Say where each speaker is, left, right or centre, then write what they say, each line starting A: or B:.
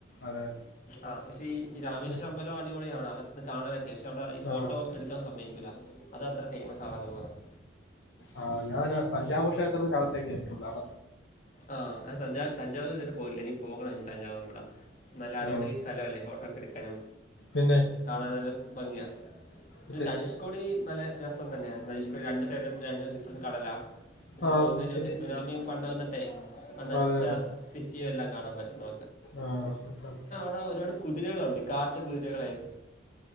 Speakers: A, on the left (about 65°); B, on the left (about 40°).
A: അതെ അതെ
B: ആഹ് പക്ഷേ ഈ രാമേശ്വരം
A: ഉം.
B: അമ്പലം അടിപൊളിയാണ് അകത്ത്ന്ന് കാണാനൊക്കെ പക്ഷെ അവിടെ ഫോട്ടോ
A: ആ
B: എടുക്കാൻ സമ്മതിക്കുല്ല അതാ ഇത്ര ഫേമസ് ആവാതെ പോകുന്നത്
A: ആഹ് ഞാനാ തൻഞ്ചാവുർക്ഷേത്രത്തിന്റെ അകത്തേക്ക് കേറിട്ടുള്ളൂ അക
B: ആഹ് ഞാൻ താഞ്ച താഞ്ചാവൂർ ഇതുവരെ പോയില്ല ഇനി പോകണം തഞ്ചാവും കൂടെ നല്ല അടിപൊളി
A: ആ,
B: സ്ഥലം അല്ലേ ഫോട്ടോക്കെ എടുക്കാനും
A: പിന്നെ
B: കാണൻ നല്ല ഭംഗിയാ പിന്നെ
A: മറ്റേ
B: ധനുഷ് കോടി നല്ല രസം തന്നെയായിരുന്നു ധനുഷ് കൊടിടെ രണ്ടു സയ്ടും രണ്ട് ഡിഫറൻറ് കടലാ പിന്നെ
A: ആ
B: പോകുന്നവരു
A: പിന്നെ
B: മറ്റേ സുനാമിയും പണ്ട് വന്നിട്ടെ ആ നശിച്ച
A: അതെ
B: സിറ്റിയും എല്ലാം കാണാൻ പറ്റുന്ന
A: ആഹ് <unintelligible>
B: ആഹ് ഒരുപാട് കുതിരകളുണ്ട് കാട്ടു കുതിരകളെയ്